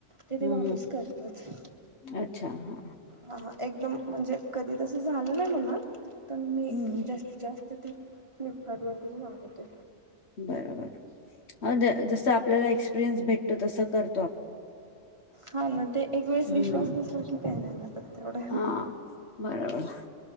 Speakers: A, on the right (about 25°); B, on the left (about 60°).
A: ते ते
B: हम्म
A: वापस
B: हम्म
A: करतात
B: अच्छा हा
A: हा हा एकदम म्हणजे कधी तस झालं ना मला पण मी
B: हम्म
A: जास्तीत जास्त ते फ्लिपकारडवरतीच मागवते.
B: बर बर अ जस आपल्याला एक्सपिरियन्स भेटतो तस कर.
A: हा ना ते एक वेळेस
B: हम्म
A: विश्वास बसल की काही नाही वाटत तेवढ
B: हा. बरोबर